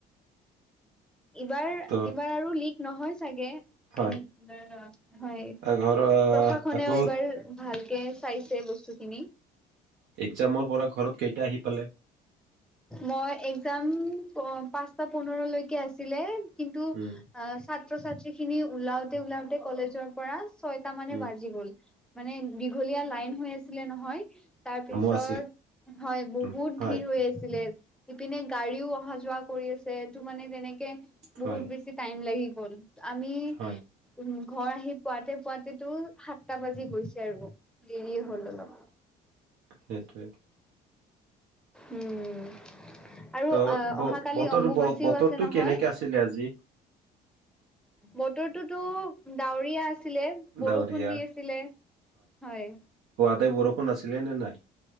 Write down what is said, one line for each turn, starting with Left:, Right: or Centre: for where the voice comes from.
Centre: ইবাৰ
Right: ত
Centre: এইবাৰ আৰু লীগ নহয় চাগে
Right: হয়
Centre: ন হয়
Right: আ, ঘৰ আহ,
Centre: প্ৰশাসনেও
Right: আকৌ
Centre: এইবাৰ ভালকে চাইছে বস্তুখিনি
Right: এক্জামৰ পৰা ঘৰত কেইটা আহি পালে
Centre: মই যাম অ পাঁচটা পোন্ধৰলৈকে আছো ছিলে কিন্তু ছাত
Right: উম
Centre: ছাত্ৰ ছাত্ৰী খিনি ওলাওতে ওলাওতে কলেজৰ পৰা ছয়টা মানে
Right: উম
Centre: বাজি গ'ল মানে দীঘলীয়া লাইন হৈ আ ছিলে নহয় তাৰপিছত
Right: কামো আছিল
Centre: হয় বহুত
Right: উম, হয়
Centre: ভিৰ হৈ আছিলে ইপিনে গাড়ীও অহা যোৱা কৰি আছে এইটো মানে তেনেকে বহুত
Right: হয়
Centre: বেছি টাইম লাগি ব'ল আমি
Right: হয়
Centre: উম ঘৰ আহি পুৱাতে পুৱতেতো সাতটা বাজি গৈছে আৰু দেৰি হ'ল অলপ
Right: সেইটোৱেই
Centre: উম আৰু
Right: ত
Centre: অ অহাাকালি
Right: বতৰ
Centre: অম্বুবাচীও
Right: ব- বতৰটো
Centre: আছে নহয়
Right: কেনেকে
Centre: হয়
Right: আছিলে আজি
Centre: বতৰতো টো ডউৰীয়া আছে বৰষুণ
Right: ডাৱৰীয়া
Centre: দি আছিল হয়
Right: সদাই বৰষুণ আছিলে নে নাই